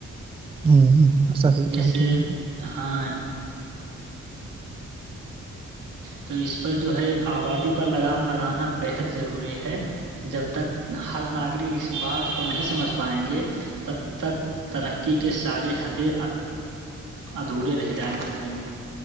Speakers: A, on the right (about 20°); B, on the right (about 75°).
A: <inaudible>
B: جیسے
A: رہے ہیں
B: ہاں تو اس پر جو ہے آبادی پر لگام لگانا بےحد ضروری ہے جب تک ہر ناگرک اس بات کو نہیں سمجھ پائیں گے تب تک ترقی کے ساری حدیں ادھورے رہ جائ رہیں گے